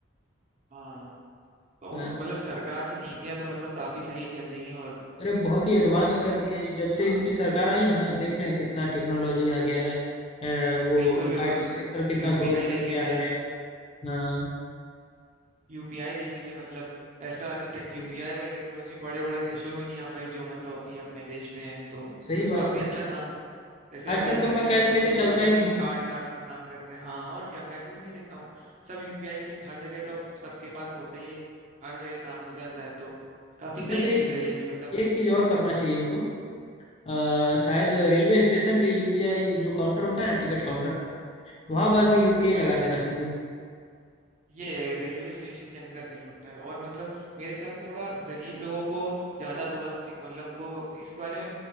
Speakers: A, on the right; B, on the left.
A: हाँ तो
B: हाँ
A: मतलब सरकार की नीतियां तो मतलब काफी सही चल रही हैं और
B: अरे बहुत ही एडवांस कर दिए है ये। जब से
A: और
B: इनकी सरकार आई है ना देख रहे हैं कितना टेक्नोलॉजी आ गया है अ, वो
A: बिल्कुल बिल्कुल
B: आईटी सेक्टर कितना
A: यूपीआई
B: ग्रोथ कर
A: देख
B: गया
A: लीजिए
B: है हाँ
A: यूपीआई देख लीजिए मतलब ऐसा अभी टेक
B: जी
A: यूपीआई
B: जी
A: वाली टेक्नोलॉजी बड़े बड़े देशों में नहीं आ पाई जो मतलब अभी अपने देश में है तो मतलब
B: सही बात
A: काफी
B: है
A: अच्छा काम है जैसे
B: आजकल
A: अभी अमेरिका
B: तो मैं कैश
A: देखे
B: लेके
A: तो वो
B: चलता
A: लोग अभी
B: ही
A: भी
B: नहीं हूँ
A: कार्ड्स आर्ट्स पे काम कर रहे हैं हाँ और क्या मैं खुद नहीं लेता हूँ सब यूपीआई से हर जगह तो अब सबके पास होता ही है हर जगह काम हो जाता है तो काफी सही
B: बस एक
A: चीज है ये भी मतलब
B: एक चीज और करना चाहिए इनको अ, शायद रेलवे स्टेशन पे यूपीआई जो काउंटर होता है ना टिकट काउंटर वहाँ पास भी यूपीआई लगा देना चाहिए
A: हम्म ये रेलवे स्टेशन के अंदर नहीं होता है और मतलब मेरे ख्याल से थोड़ा गरीब लोगों को ज्यादा थोड़ा सीख मतलब उनको इस बारे में